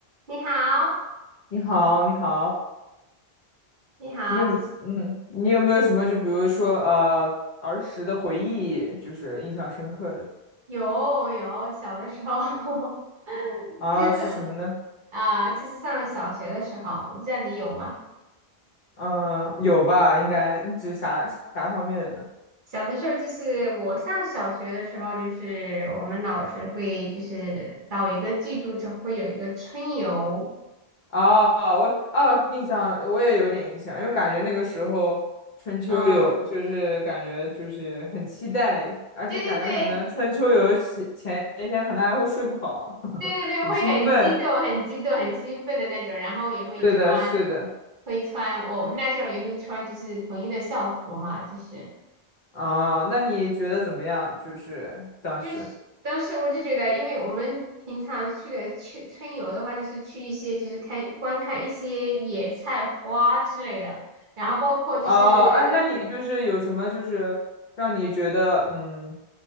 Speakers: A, on the right; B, on the left.
A: <laughs> 你好，
B: 你好，你好，
A: 你好，
B: 你有嗯，
A: 就是
B: 你有没有什么就比如说呃儿时的回忆，就是印象深刻的
A: 有有小的时候，<laughs>
B: 啊是什么呢？
A: 就是啊、就是上了小学的时候，我不知道你有吗？
B: 嗯，有吧，应该你指啥啥方面的呢？
A: 小的时候就是我上小学的时候，就是我们老师会就是到一个季度就会有一个春游，
B: 哦，我哦印象我也有点印象，因为感觉那个时候春秋游就是感觉就是很期待，
A: 嗯，
B: 而且感觉可能春秋游前前一天可能还会睡不好，
A: 对对对
B: <laughs>
A: 对对对，
B: 很兴奋。
A: 会很激动、很激动、很兴奋的那种，然后也会穿，
B: 是的，是的。
A: 会穿我我们那时候也会穿就是统一的校服嘛，就是。
B: 啊，那你觉得怎么样？就是当时，
A: 就是当时我就觉得，因为我们平常去的去春游的话，就是去一些就是看观看一些野菜花之类的，然后包括就是
B: 哦，哎，那你就是有什么就是让你觉得嗯，